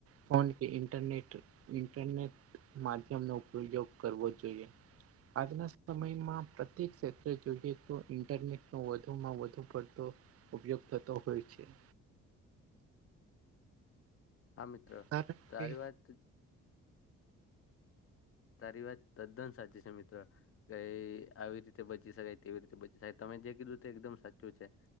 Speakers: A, on the right; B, on the left.
A: ફોન કે ઇન્ટરનેટ ઇન્ટરનેટ માધ્યમ નો ઉપયોગ કરવો જોઈએ. આજના સમયમાં પ્રત્યેક ક્ષેત્રે જોઈએ તો ઈન્ટરનેટનો વધુમાં વધુ પડતો. અભ્યક્ થતો હોય છે.
B: હા મિત્રો
A: કારણ
B: તોારી
A: કે
B: વાત. તારી વાત તદ્દન સાચી છે, મિત્રો કઈ આવી રીતે બચી શકાય તેવી રીતે બચી શકાય તમે જે કીધું તે એકદમ સાચું છે.